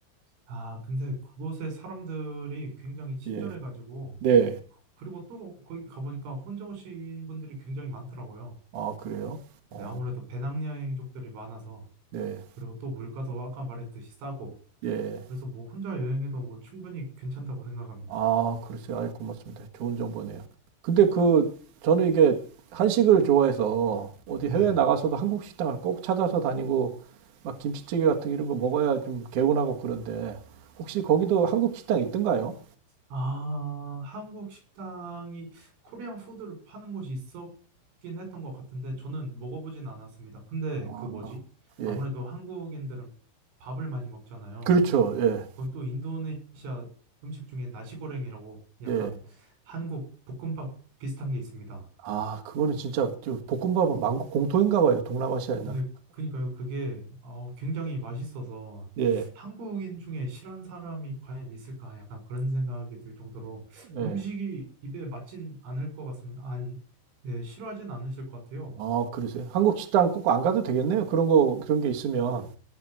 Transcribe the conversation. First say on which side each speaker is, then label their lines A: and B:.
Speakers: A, on the right (about 75°); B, on the right (about 55°).
A: 아, 근데 그곳의 사람들이 굉장히 친절해가지고,
B: 예. 네.
A: 그- 그리고 또 거기 가보니까 혼자 오신 분들이 굉장히 많더라고요.
B: 아, 그래요? 어,
A: 네, 아무래도 배낭여행족들이 많아서,
B: 네.
A: 그리고 또 물가도 아까 말했듯이 싸고,
B: 예.
A: 그래서 뭐 혼자 여행해도 뭐 충분히 괜찮다고 생각합니다.
B: 아, 그러세요. 아이, 고맙습니다. 좋은 정보네요. 근데 그, 저는 이게 한식을 좋아해서 어디
A: 네.
B: 해외 나가서도 한국 식당을 꼭 찾아서 다니고 막 김치찌개 같은 이런 거 먹어야 좀 개운하고 그런데 혹시 거기도 한국 식당 있던가요?
A: 아, 한국 식당이 코리안 푸드를 파는 곳이 있었긴 했던 것 같은데 저는 먹어보진 않았습니다. 근데
B: 아,
A: 그 뭐지?
B: 예.
A: 아무래도 한국인들은 밥을 많이 먹잖아요.
B: 그렇죠. 예.
A: 거기 또 인도네시아 음식 중에 나시고랭이라고 약간
B: 예.
A: 한국 볶음밥 비슷한 게 있습니다.
B: 아, 그거는 진짜 저 볶음밥은 만국 공통인가 봐요. 동남아시아에나.
A: 네, 그니까요. 그게 어, 굉장히 맛있어서
B: 예.
A: 한국인 중에 싫어하는 사람이 과연 있을까? 약간 그런 생각이 들 정도로
B: 예.
A: 음식이 입에 맞진 않을 것 같습니다. 아니, 네, 싫어하진 않으실 것 같아요.
B: 아, 그러세요. 한국 식당 꼭 안 가도 되겠네요. 그런 거, 그런 게 있으면.